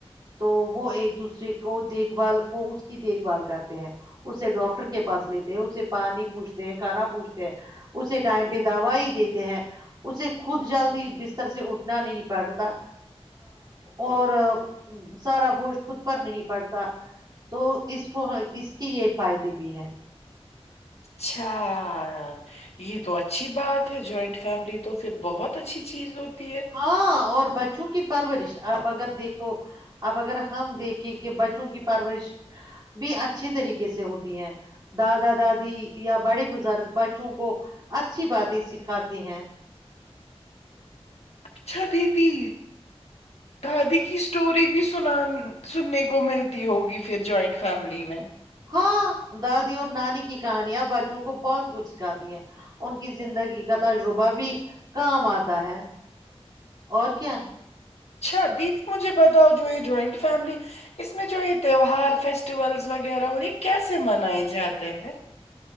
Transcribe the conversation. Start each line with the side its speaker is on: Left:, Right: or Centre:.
Right: تو وہ ایک دوسرے کو دیکھ بھال وہ اس کی دیکھ بھال کرتے ہیں اسے ڈاکٹر کے پاس لیتے ہیں اسے پانی پوھتے ہیں کھانا پوچھتے ہیں اسے ٹائم پہ دوائی دیتے ہیں اسے خود جلدی بستر سے اٹھنا نہیں پڑتا اور سارا بوجھ خود پر نہیں پڑتا تو اس کو اس کے یہ فائدے بھی ہے
Left: اچھا یہ تو اچھی بات ہے جوائنٹ فیملی تو پھر بہت اچھی چیز ہوتی ہے
Right: ہاں اور بچوں کی پرورورشا اب اگر دیکھو اب اگر ہم دیکھیں کہ بچوں کی پرورش بھی اچھھی طریقے سے ہوتی ہے دادا دادی یا بڑے بزرگ بچوں کو اچھی باتیں سکھاتے ہیں
Left: اچھا دیدی دادی کی اسٹوری بھی سنان سننے کو ملتی ہوگی پھر جوائنٹ فیملی میں
Right: ہاں دادی اور نانی کی کہانیاں بچوں کو بہت کچھ سکھاتی ہے ان کی زندگی کا تجربہ بھی کام آتا ہے اور کیا
Left: اچھا دیدی مجھے بتاؤ جو یہ جوائنٹ فیملی اس میں جو یہ تیوار فیسٹیول وغیرہ ہو رہی کیسے منائے جاتے ہیں